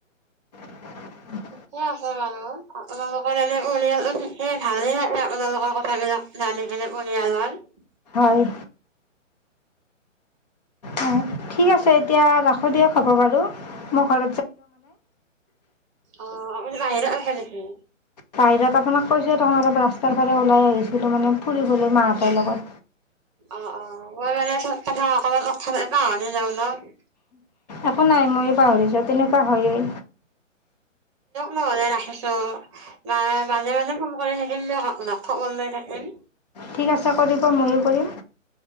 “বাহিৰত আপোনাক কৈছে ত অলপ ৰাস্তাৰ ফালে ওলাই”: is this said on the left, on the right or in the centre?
Left